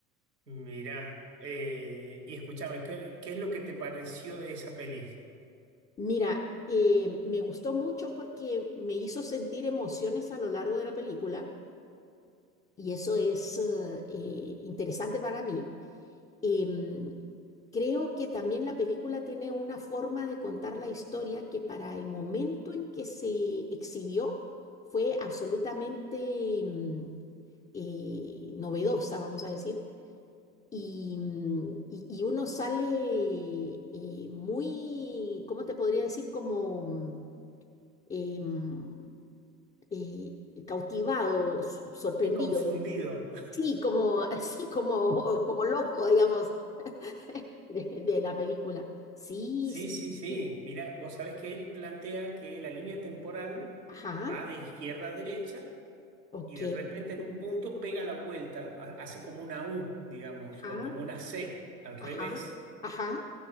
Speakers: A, on the right (about 85°); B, on the left (about 15°).
A: Mirá, eh, y escúchame, ¿qué, qué es lo que te pareció de esa peli?
B: Mira, eh, me gustó mucho porque me hizo sentir emociones a lo largo de la película y eso es eh, eh, interesante para mí. Em, creo que también la película tiene una forma de contar la historia que para el momento en que se exhibió fue absolutamente em, eh, novedosa, vamos a decir. Y, mm, y- y uno sale eh, muy, ¿cómo te podría decir? Como mm, em, eh, cautivado, s- sorprendido,
A: Y confundido.
B: sí, como, <laughs> así como, como loco, digamos, <laughs> de, de la película. Sí,
A: Sí,
B: sí,
A: sí,
B: sí.
A: sí.
B: sí.
A: Mira, vos sabés que él plantea que la línea temporal
B: Ajá,
A: va de izquierda a derecha
B: ok.
A: y de repente en un punto pega la vuelta, ha- hace como una U, digamos,
B: Ajá,
A: o como una C al revés.
B: ajá, ajá.